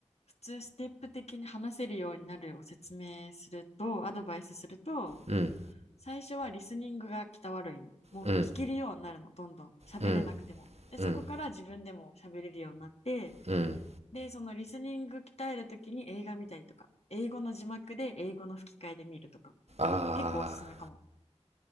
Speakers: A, on the left; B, on the right.
A: 普通ステップ的に話せるようになるを説明するとアドバイスすると
B: うん
A: 最初はリスニングが鍛わるんよ。もう聞けるようになるの、
B: うん
A: どんどん。喋れなくても。
B: うん
A: で、
B: うん
A: そこから自分でも喋れるようになって、
B: うん
A: で、そのリスニング鍛えるときに映画見たりとか、英語の字幕で英語の吹き替えで見るとか、
B: ああ
A: 結構おすすめかも。